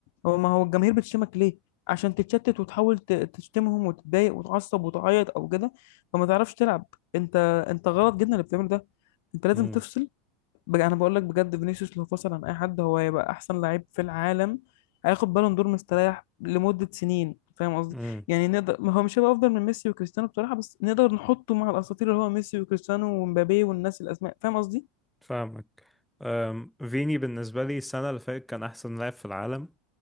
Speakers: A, on the left (about 65°); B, in the centre.
A: هو ما هو الجماهير بتشتمك ليه؟ عشان تتشتت وتحاول ت- تشتمهم وتتضايق وتعصب وتعيط او كده فما تعرفش تلعب انت انت غلط جدا اللي بتعمله ده انت لازم
B: امم
A: تفصل بج- انا بقول لك بجد فينيسيوس لو فصل عن اي حد هو هيبقى احسن لعيب في العالم هياخد بالون دور مستريح لمدة سنين فاهم قصدي
B: امم
A: يعني نقدر ما هو مش هيبقى افضل من ميسي وكريستيانو بصراحة بس نقدر نحطه مع الاساطير اللي هو ميسي وكريستيانو ومبابي والناس الاسماء فاهم قصدي
B: فاهمك أم، فيني بالنسبة لي السنة اللي فاتت كان أحسن لاعب في العالم